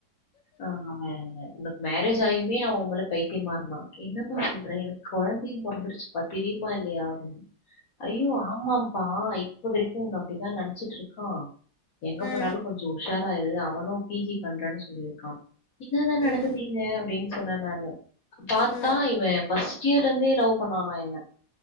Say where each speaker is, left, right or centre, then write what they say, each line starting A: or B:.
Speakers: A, on the left; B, on the left.
A: ஆ அவெ உங்க மேரேஜ் ஆயுமே அவெ உன் மேலே பைத்தியமா இருந்தா என்னப்பா சொல்ற எனக்கு கொழந்தையு பொறந்துருச்சுப்பா தெரியுமா இல்லையா அப்டின் ஐயோ ஆமாம்ப்பா இப்ப வரைக்கு உன்ன அப்டிதா நெனச்சுட்ருக்கா எங்க
B: ம்
A: போனாலு கொஞ்சோ உஷாரா இரு அவனு பீ ஜி பண்றன் சொல்லிருக்கா என்னாதா நடக்குது
B: ம்
A: இங்க அப்டின் சொன்னே நானு பாத்
B: ஆ
A: த்தா இவெ ஃபர்ஸ்ட் இயர்ல இருந்தே லவ் பண்ணானா என்ன